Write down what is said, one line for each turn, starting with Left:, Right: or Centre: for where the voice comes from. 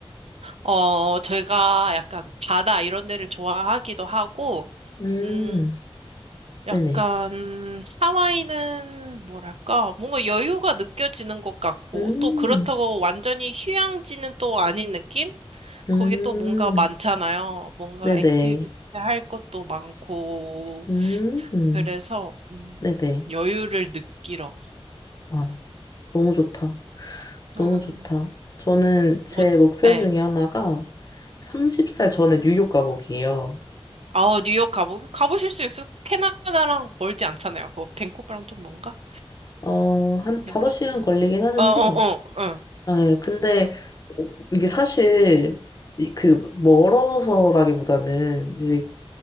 Right: 어, 제가 약간 바다 이런 데를 좋아하기도 하고,
Left: 음,
Right: 음,
Left: 네네.
Right: 약간 하와이는 뭐랄까, 뭔가 여유가 느껴지는 것 같고,
Left: 음,
Right: 또 그렇다고 완전히 휴양지는 또 아닌 느낌?
Left: 음,
Right: 거기 또 뭔가 많잖아요. 뭔가
Left: 네네.
Right: 액티비티 할 것도 많고.
Left: 음,
Right: 그래서 음,
Left: 네네.
Right: 여유를 느끼러.
Left: 아, 너무 좋다. 너무
Right: 음,
Left: 좋다. 저는 제
Right: 뭐,
Left: 목표
Right: 네.
Left: 중에 하나가 30살 전에 뉴욕 가보기예요.
Right: 아, 뉴욕 가보 가보실 수있요 캐나다랑 멀지 않잖아요. 그거 밴쿠버랑 좀 먼가?
Left: 어, 한
Right: 아닌가?
Left: 5시간 걸리긴 하는데,
Right: 어, 어, 어, 어.
Left: 아, 예, 근데 어, 이게 사실 이- 그 멀어서라기보다는 이제